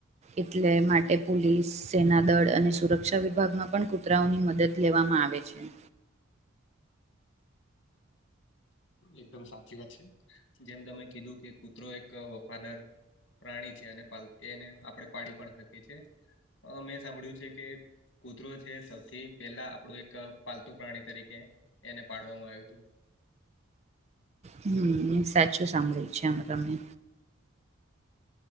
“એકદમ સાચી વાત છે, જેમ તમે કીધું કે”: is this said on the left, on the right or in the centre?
Left